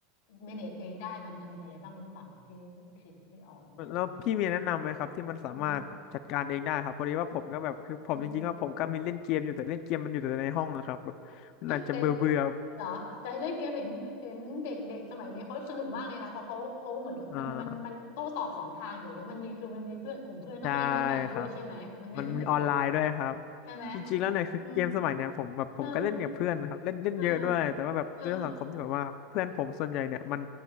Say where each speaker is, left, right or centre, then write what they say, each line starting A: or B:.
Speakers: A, on the left; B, on the left.
A: เมเนจเองได้มันจะมีอะไรบ้างหรือเปล่าที่คิดไม่ออกเหมือนกัน
B: แล้วพี่มีแนะนำไหมครับที่มันสามารถจัดการเองได้ครับพอดีว่าผมก็แบบคือผมจริงๆก็ผมก็มีเล่นเกมอยู่แต่เล่นเกมมันอยู่แต่ในห้องนะครับแบบมันอาจจะเบื่อเบื่อ
A: อืมอืมแต่เหรอแต่เล่นเกมเห็นเห็นเด็กเด็กสมัยนี้เขาสนุกมากเลยนะเพราะเขาเขาเหมือนมันมันมันโต้ตอบสองทางเดี๋ยวนี้มันมีคือมันมีเพื่อนกลุ่มเพื่อนต้องเล่นด้วยกันด้วยใช่ไหมมันไม่เหมือนแต่ก่อน
B: อ่า ใช่ครับ มันมีออนไลน์ด้วยครับ
A: ใช่ไหม
B: จริงๆ แล้วเนี่ยคือเกมสมัยเนี่ยผมแบบผมก็เล่นกับเพื่อนนะครับเล่นเล่นเยอะด้วยแต่ว่าแบบด้วยสังคมที่แบบว่าเพื่อนผมส่วนใหญ่เนี่ยมัน
A: อืมเออเออเออ